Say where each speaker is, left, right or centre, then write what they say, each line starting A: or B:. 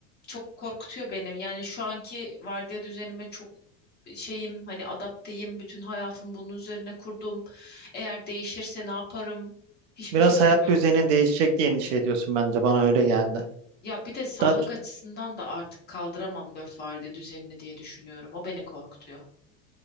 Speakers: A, on the left; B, on the right.
A: çok korkutuyor benim. Yani şu anki vardiya düzenime çok şeyim hani adapteyim. Bütün hayatım bunun üzerine kurdum. Eğer değişirse ne yaparım? Hiçbir
B: Biraz
A: fikrim
B: hayat
A: yok.
B: düzenin değişecek diye endişe ediyorsun bence. Bana öyle geldi.
A: Ya bir de sağlık
B: Daha, ç-
A: açısından da artık kaldıramam dört vardiya düzenini diye düşünüyorum. O beni korkutuyor.